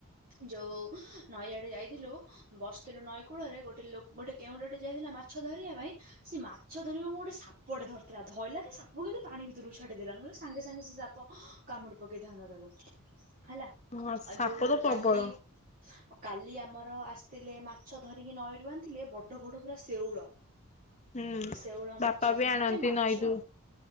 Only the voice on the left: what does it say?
ହଁ
ସାପ
ତ ପ୍ରବଳ
ହୁଁ
ବାପା ବି
ଆଣନ୍ତି
ନଈରୁ।